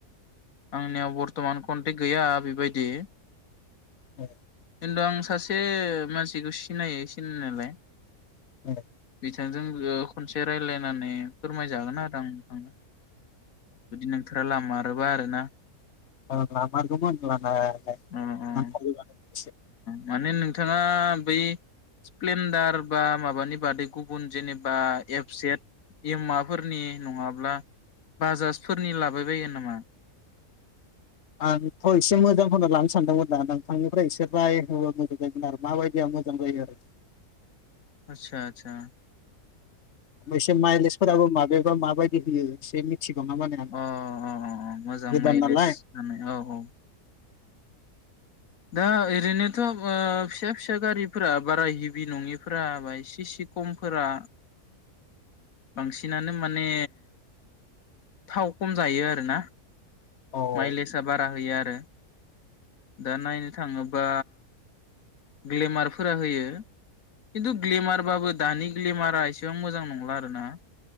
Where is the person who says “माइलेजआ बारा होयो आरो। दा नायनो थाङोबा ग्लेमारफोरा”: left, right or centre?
Left